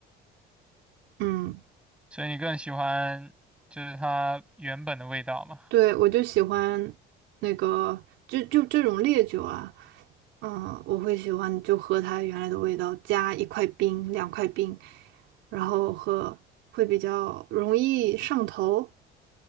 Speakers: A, on the right (about 80°); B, in the centre.
A: 嗯，
B: 所以你更喜欢就是它原本的味道嘛？
A: 对，我就喜欢那个，就就这种烈酒啊，嗯，我会喜欢就喝它原来的味道，加一块冰、两块冰，然后喝会比较容易上头。